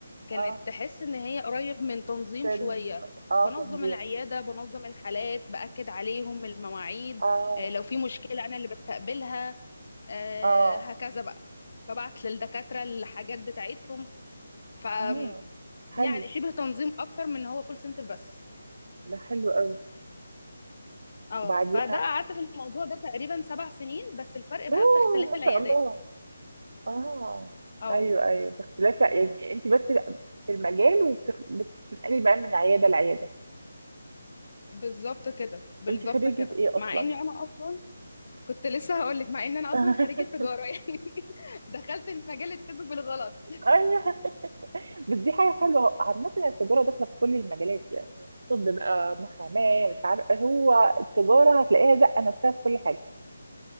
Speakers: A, on the left; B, on the right.
A: كانت
B: اه
A: تحس ان هي قريب من تنظيم
B: سيلز
A: شويه
B: مثلا اه
A: بنظم
B: تنظيم
A: العياده بنظم الحالات باكد عليهم المواعيد
B: اه
A: آه، لو في مشكله انا اللي بستقبلها آه،
B: اه
A: هكذا بقى ببعت للدكاتره الحاجات بتاعتهم ف
B: امم حلو
A: يعني شبه تنظيم اكتر من إن هو كول سنتر بس
B: ده حلو قوي
A: اه
B: وبعديها
A: فده قعدت في الموضوع ده تقريبا سبع سنين بس الفرق بقى
B: اوه
A: في اختلاف
B: ما
A: العيادات
B: شاء الله اه
A: اه
B: ايوه ايوه باختلاف لا يعني انت بس في المجال وبتنقلي بقى من عياده لعياده
A: بالظبط كده بالظبط
B: انت خريجه
A: كده
B: ايه
A: مع
B: اصلا
A: اني انا اصلا كنت لسه هقول لك مع ان انا
B: <laughs>
A: اصلا خريجه تجاره <laughs> يعني دخلت المجال الطب بالغلط
B: ايوه <laughs> بس دي حاجه حلوه عامه التجاره داخله في كل المجالات يعني طب بقى محاماه مش عارف هو التجاره هتلاقيها زقه نفسها في كل حاجه